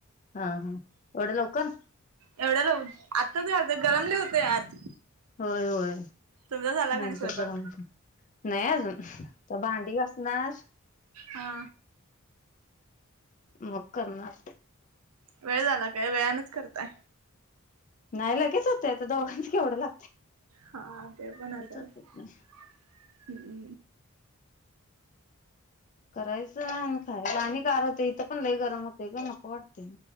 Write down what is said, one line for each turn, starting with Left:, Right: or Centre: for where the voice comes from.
Left: हा हा एवढ्या लवकर
Right: एवढ्या लव आत्ताच घलतोय गरम लई हुतंय आत
Left: होय होय
Right: तुमचा झाला का
Left: नंतर
Right: नाही स्वयंपाक
Left: गरम हुतंय नाही अजून आता भांडी घासणार
Right: हा
Left: मग करणार
Right: वेळ झाला काय वेळानच करताय
Left: नाई लगेच हुतय आता दोघांच केवढं ला
Right: हा ते पण अस हम्म
Left: होते करायचं आणि खायचं आणि गार होते इथं पण लई गरम होते ग नको वाटतय